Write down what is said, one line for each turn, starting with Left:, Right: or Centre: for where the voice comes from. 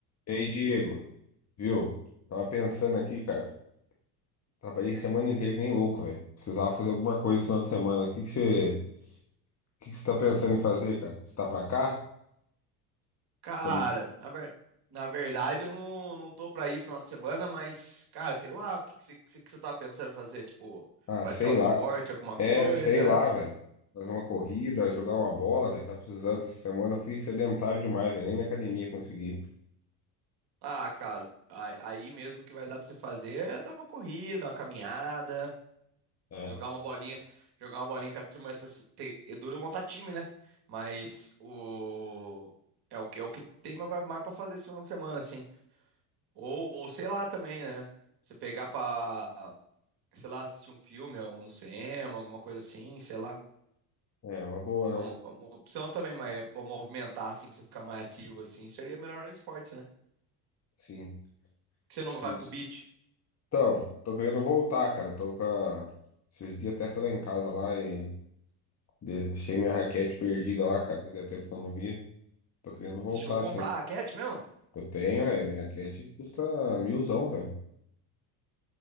Left: E aí, Diego, viu? Tava pensando aqui, cara. Trabalhei semana inteira que nem louco, velho. Precisava fazer alguma coisa esse final de semana. O que que você, o que que você tá pensando em fazer, cara? Você tá pra cá?
Right: Cara,
Left: Tô-
Right: na, ver- na verdade eu não, não tô pra ir final de semana, mas, cara, sei lá, o que que você que que você tá pensando em fazer? Tipo,
Left: Ah,
Right: praticar
Left: sei
Right: algum
Left: lá.
Right: esporte, alguma
Left: É,
Right: coisa?
Left: sei lá, velho. Fazer uma corrida, jogar uma bola, velho. Tá precisando. Essa semana eu fui sedentário demais, velho. Nem na academia consegui.
Right: Ah, cara, aí, aí mesmo que vai dar pra você fazer é dar uma corrida, uma caminhada,
Left: É.
Right: jogar uma bolinha, jogar uma bolinha com a turma. Essas, tem, é duro montar time, né? Mas o. É o que, é o que tem mais pra mais pra fazer esse final de semana, assim. Ou, ou sei lá também, né? Você pegar pra, sei lá, assistir um filme ou no cinema, alguma coisa assim, sei lá.
Left: É, uma boa,
Right: É uma,
Left: né?
Right: é uma opção também, mas é pra movimentar, assim, pra você ficar mais ativo, assim, seria melhor no esporte, né?
Left: Sim.
Right: Você não vai
Left: Não
Right: pro
Left: sei-
Right: beach.
Left: Então, eu tô querendo voltar, cara. Tô com a... Esses dias até fui lá em casa lá e De- Achei minha raquete perdida lá, cara. Fazia tempo que eu não via. Tô querendo voltar,
Right: Você chegou a comprar
Left: sim.
Right: a raquete mesmo?
Left: Eu tenho, velho. Minha raquete custa milzão, velho.